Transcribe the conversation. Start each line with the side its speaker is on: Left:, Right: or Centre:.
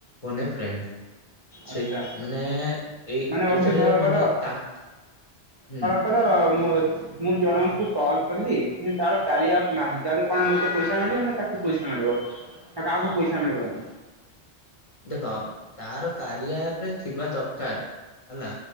Left: କୁନେ ଫ୍ରେଣ୍ଡ। ସେଇ
Right: ଆଚ୍ଛା
Left: ମାନେ ଏଇ
Right: ମାନେ ବନ୍ଧୁ
Left: ଏଇଟାରେ
Right: ଧରକର
Left: ମାନେ ତାଙ୍କ ହୁଁ
Right: ପ <unintelligible> ମୁଁ ଜଣଙ୍କୁ କଲ କଲି କିନ୍ତୁ ତାର କାରିଆପ ନାହିଁ ତାହେଲେ କଣ ମୋତେ ପଇସା ମିଳିବ ନା ତାକୁ ପଇସା ମିଳିବ। ଆ କାହାକୁ ପଇସା ମିଳିବନି।
Left: ଦେଖ ତାର କାରିଆ ଆପ ଥିବା ଦରକାର ହେଲା।